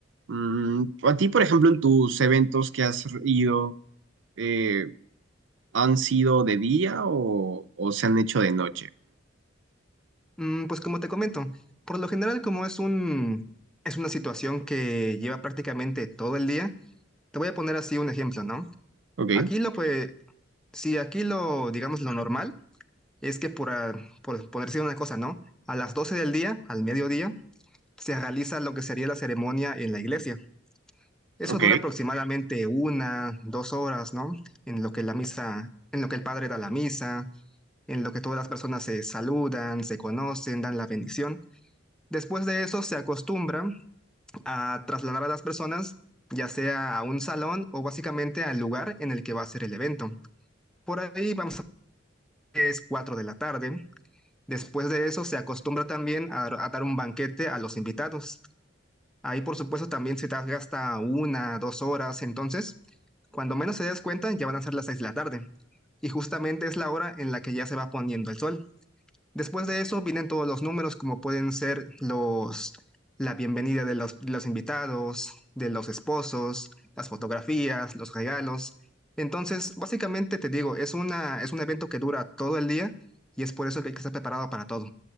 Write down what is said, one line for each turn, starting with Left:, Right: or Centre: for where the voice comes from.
Right: Mm, a ti, por ejemplo, en tus eventos que has ido, eh, ¿han sido de día o, o se han hecho de noche?
Centre: Mm, pues como te comento, por lo general como es un, es una situación que lleva prácticamente todo el día, te voy a poner así un ejemplo, ¿no?
Right: Ok,
Centre: Aquí lo pues, si aquí lo, digamos, lo normal es que por, a- por, por decir una cosa, ¿no? A las 12 del día, al mediodía, se realiza lo que sería la ceremonia en la iglesia. Eso
Right: ok,
Centre: dura aproximadamente una, dos horas, ¿no? En lo que la misa, en lo que el padre da la misa, en lo que todas las personas se saludan, se conocen, dan la bendición. Después de eso se acostumbra a trasladar a las personas ya sea a un salón o básicamente al lugar en el que va a ser el evento. Por ahí vamos a que es 4 de la tarde. Después de eso se acostumbra también a, a dar un banquete a los invitados. Ahí, por supuesto, también se te gasta una, dos horas. Entonces, cuando menos se des cuenta, ya van a ser las seis de la tarde. Y justamente es la hora en la que ya se va poniendo el sol. Después de eso vienen todos los números, como pueden ser los, la bienvenida de los, de los invitados, de los esposos, las fotografías, los regalos. Entonces, básicamente te digo, es una, es un evento que dura todo el día y es por eso que hay que estar preparado para todo.